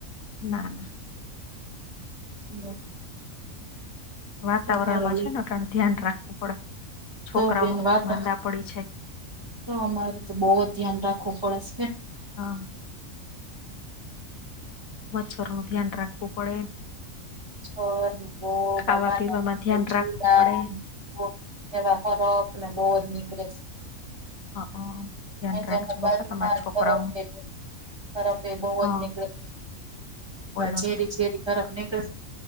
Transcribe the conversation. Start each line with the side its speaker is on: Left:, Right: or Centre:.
Left: ના ના.
Right: હમમ.
Left: વાતાવરણમાં
Right: હારો
Left: છે ને અટાણે ધ્યાન રાખવું પડે, છોકરાઓ
Right: તો બેન વાત
Left: માંદા પડી જાય.
Right: તો અમારે તો બો જ ધ્યાન રાખવું પડે સે બેન.
Left: હા. મચ્છર નું ધ્યાન રાખવું પડે.
Right: મચ્છર ને બો
Left: ખાવા
Right: બાબા
Left: પીવામાં ધ્યાન
Right: ને જીવડા
Left: રાખવું પડે
Right: ને બો એવા હરાહર ને બો જ નીકળે સે.
Left: હ ધ્યાન
Right: અ તોમે
Left: રાખજો
Right: બાજુમાં
Left: બાપા તમારા છોકરાઓ
Right: જરા ભેગું ગરપ એ બઉ
Left: હ
Right: જ નીકળે
Left: કોઈ બાપા
Right: છેરી ચેરી ગરપ નીકડે છે.